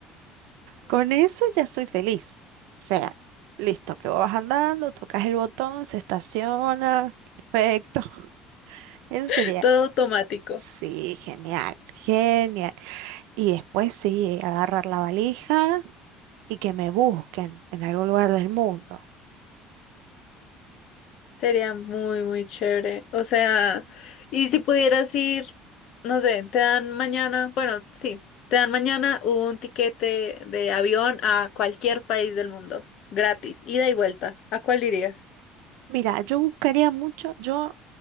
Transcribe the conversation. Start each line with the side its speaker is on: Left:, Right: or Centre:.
Right: Con eso ya soy feliz. O sea, listo, que vas andando, tocas el botón, se estaciona, perfecto. <laughs> Eso
Left: <laughs>
Right: sería,
Left: todo automático.
Right: sí, genial, genial. Y después sí, agarrar la valija y que me busquen en algún lugar del mundo.
Left: Sería muy, muy chévere. O sea, y si pudieras ir, no sé, te dan mañana, bueno, sí, te dan mañana un tiquete de avión a cualquier país del mundo, gratis, ida y vuelta. ¿A cuál irías?
Right: Mira, yo buscaría mucho, yo